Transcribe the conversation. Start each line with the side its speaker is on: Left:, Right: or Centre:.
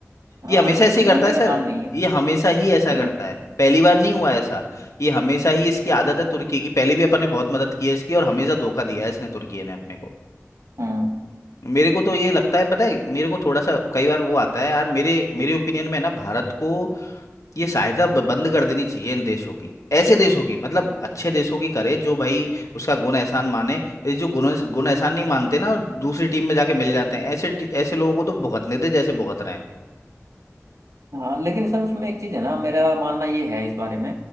Right: हाँ
Left: ये हमेशा ऐसे
Right: सुधरने
Left: ही करता है
Right: का
Left: सर
Right: नाम नहीं है
Left: ये हमेशा ही ऐसा
Right: हम्म
Left: करता है पहली बार नहीं हुआ ऐसा ये हमेशा ही इसकी आदत है तुर्की की पहले भी अपन ने बहुत मदद की है इसकी और हमेशा धोखा दिया है इसने तुर्की ने अपने को
Right: हम्म
Left: मेरे को तो ये लगता है पता है मेरे को थोड़ा सा कई बार वो आता है यार मेरे मेरे ओपिनियन में ना भारत को ये सहायता ब- बंद कर देनी चाहिए इन देशों की ऐसे देशों की मतलब अच्छे देशों की करे जो भाई उसका गुण एहसान माने ये जो गुण गुण एहसान नहीं मानते ना और दूसरी टीम में जाके मिल जाते हैं ऐसे टी- ऐसे लोगों को तो भुगतने दे जैसे भुगत रहे हैं
Right: हाँ लेकिन सर उसमें एक चीज है ना मेरा मानना ये है इस बारे में